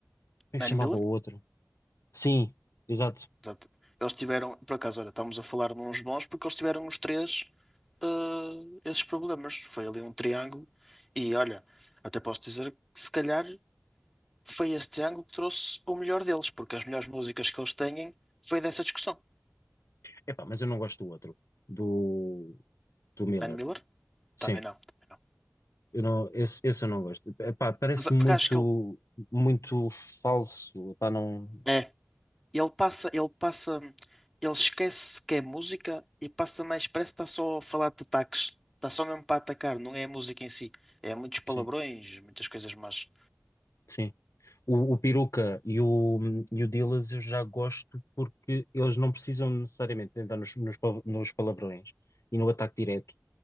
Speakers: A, on the left; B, in the centre.
A: é que
B: Danny
A: se chamava
B: Miller.
A: o outro? Sim, exato.
B: Exato. Eles tiveram. Por acaso, olha, estamos a falar de uns bons porque eles tiveram os três eh, esses problemas. Foi ali um triângulo. E olha, até posso dizer que se calhar. foi este ângulo que trouxe o melhor deles, porque as melhores músicas que eles têm foi dessa discussão.
A: Epá, mas eu não gosto do outro, do, do Miller.
B: Dan Miller?
A: Sim.
B: Também não, também não.
A: Eu não, esse, esse eu não gosto. Epá, parece
B: Mas, ah,
A: muito,
B: porque acho que ele
A: muito falso. Epá, não.
B: é, ele passa, ele passa, ele esquece que é música e passa mais, parece que está só a falar de ataques, está só mesmo para atacar, não é a música em si, é muitos palavrões,
A: Sim,
B: muitas coisas, mas
A: sim. O, o Peruca e o, e o Dillaz eu já gosto porque eles não precisam necessariamente de entrar nos, nos, pa- nos palavrões e no ataque direto